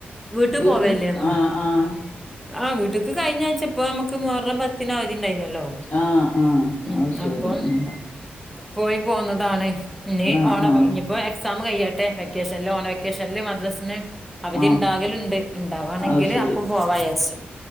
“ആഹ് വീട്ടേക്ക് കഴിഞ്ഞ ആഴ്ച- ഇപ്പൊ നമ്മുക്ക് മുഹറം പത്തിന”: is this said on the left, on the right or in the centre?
Centre